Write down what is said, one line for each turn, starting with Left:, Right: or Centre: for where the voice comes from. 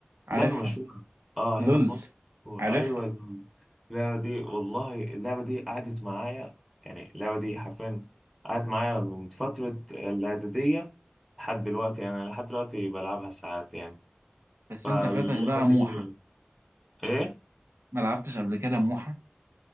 Right: عارفها
Centre: لعبة مشهورة اه هنا
Right: لول
Centre: في مصر مشهورة.
Right: عارفها
Centre: ايوه اللعبة دي والله اللعبة دي قعدت معايا يعني اللعبة دي حرفيا قعدت معايا من فترة الإعدادية لحد دلوقتي يعني لحد دلوقتي بلعبها ساعات يعني
Right: بس
Centre: فاللعبة
Right: انت فاتك بقى موحة
Centre: دي ايه
Right: ما لعبتش قبل كده موحة